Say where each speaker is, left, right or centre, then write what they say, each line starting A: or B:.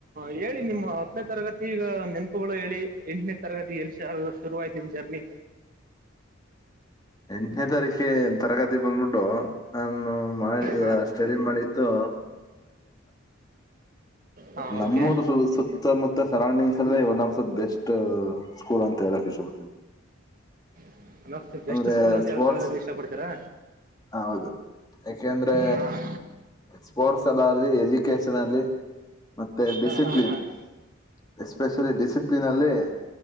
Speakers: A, on the right; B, on the left.
A: ಹೇಳಿ ನಿಮ್ಮ ಹತ್ತನೇ ತರಗತಿ ಈಗ ನೆ ಗಳು ಹೇಳಿ ಎಂಟನೇ ತರಗತಿ ಎಲ್ಸ ಶುರುವಾಯ್ತ ನಿಮ್ ಜರ್ನಿ
B: ಎಂಟನೇ ತಾರೀಕೆ ತರಗತಿ ಬಂದ್ಬಿಟ್ಟು ನಾನು ಮಾಡಿ
A: ಹಾಂ
B: ಸ್ಟಡಿ ಮಾಡಿದ್ದು <unintelligible>
A: ಹಾಂ
B: <inaudible> ನಮ್ಮೂರು
A: ಓಕೆ
B: ಸುತ್ತಮುತ್ತ ಸರೌಂಡಿಂಗ್ಸ್ ಅಲ್ಲ one of the best school ಅಂತ ಹೇಳೋಕ್ಕೆ ಇಷ್ಟ ಪಡ್ತೀನಿ
A: <inaudible> ಬೆಸ್ಟ್
B: ಅಂದ್ರೆ
A: ಸ್ಕೂಲ್ ಅಂತ
B: ಸ್ಪೋರ್ಟ್ಸ್
A: ಹೇಳ್ಕೊಳ್ಳೋಕೆ ಇಷ್ಟಪಡ್ತೀರಾ
B: ಹ ಹೌದು ಯಾಕೆಂದ್ರೆ
A: ಹಾಂ
B: ಸ್ಪೋರ್ಟ್ಸ್ ಅಲಿ ಎಜುಕೇಶನ್ ಅಲ್ಲಿ ಮತ್ತೆ
A: ಹಾಂ
B: ಡಿಸಿಪ್ಲಿನ್
A: ಹಾಂ ಹಾಂ
B: ಎಸ್ಪೆಷಲಿ ಡಿಸಿಪ್ಲಿನ್ ಅಲ್ಲಿ